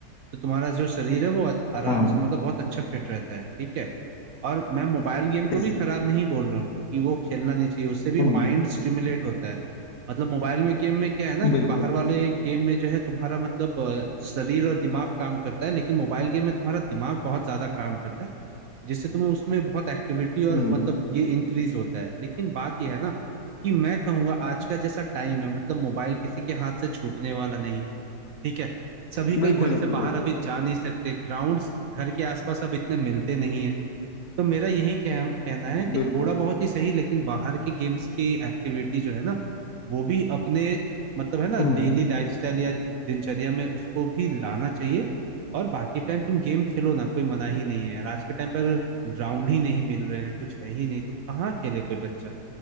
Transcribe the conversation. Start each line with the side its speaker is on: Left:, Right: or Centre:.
Right: तो तुम्हारा जो शरीर है वो आ- आराम
Left: हाँ
Right: से मतलब बहुत अच्छा फिट रहता है ठीक है और मैं मोबाइल गेम को
Left: ठीक
Right: भी
Left: है
Right: खराब नहीं बोल रहा हूँ कि वो खेलना नहीं चाहिए उससे भी
Left: हम्म,
Right: माइंड स्टिमुलेट होता है मतलब मोबाइल में गेम में क्या है ना कि
Left: बिल्कुल
Right: बाहर वाले गेम में जो है तुम्हारा मतलब अ, शरीर और दिमाग काम करता है लेकिन मोबाइल गेम में तुम्हारा दिमाग बहुत ज्यादा काम करता है जिससे तुम्हें उसमें बहुत एक्टिविटी और
Left: हम्म
Right: मतलब ये इंक्रीज होता है लेकिन बात यह है ना कि मैं कहूंगा आज का जैसा टाइम है मतलब मोबाइल किसी के हाथ से छूटने वाला नहीं ठीक है सभी कोई
Left: बिल्कुल
Right: घर
Left: नहीं
Right: से
Left: छूटेगा
Right: बाहर अभी जा नहीं सकते ग्राउंड्स घर के आसपास अब इतने मिलते नहीं है तो मेरा यही कह, कहना है कि
Left: बिल्कुल
Right: थोड़ा बहुत ही सही लेकिन बाहर के गेम्स की एक्टिविटी जो है ना वो भी अपने मतलब है ना
Left: हम्म
Right: डेली लाइफस्टाइल या दिनचर्या में उसको भी लाना चाहिए और बाकी टाइम तुम गेम खेलो ना कोई मना ही नहीं है यार आज के टाइम पर अगर ग्राउंड ही नहीं मिल रहे हैं कुछ है ही नहीं तो कहाँ खेले कोई बच्चा